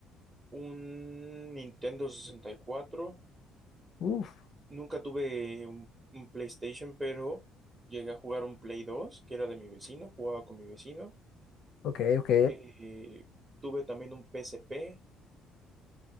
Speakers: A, on the right; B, on the left.
A: un Nintendo 64,
B: Uf,
A: nunca tuve un, un PlayStation, pero llegué a jugar un Play 2, que era de mi vecino, jugaba con mi vecino.
B: ok, ok.
A: Eh, tuve también un PSP,